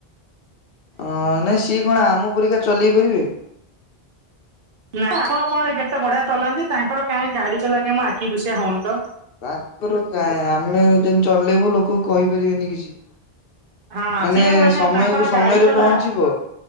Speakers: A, on the left (about 65°); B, on the right (about 60°).
A: ଅଁ ନାଇଁ ସିଏ କଣ ଆମ ପରିକା ଚଲେଇ ପାରିବେ?
B: ନାଁ ଆପଣ କଣ କେତେ ବଢିଆ ଚଲାନ୍ତି, ତାଙ୍କର କାହିଁ ଗାଡି ଚଲା ମୋ ଆଖି ଦୁଷିଆ ହଉନି ତ।
A: ତାଙ୍କର କାଁ ଆମେ ଯେମିତି ଚଲେଇବୁ ଲୋକ କହିପାରିବେନି କିଛି।
B: ହଁ
A: ମାନେ
B: ସିଏ
A: ସମୟକୁ
B: ତାଙ୍କର
A: ସମୟରେ
B: ଗାଡି ଚଲା
A: ପହଞ୍ଚିବ।